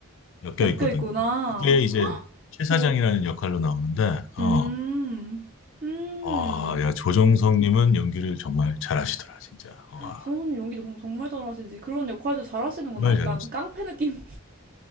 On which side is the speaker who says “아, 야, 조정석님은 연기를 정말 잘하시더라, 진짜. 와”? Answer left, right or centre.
Left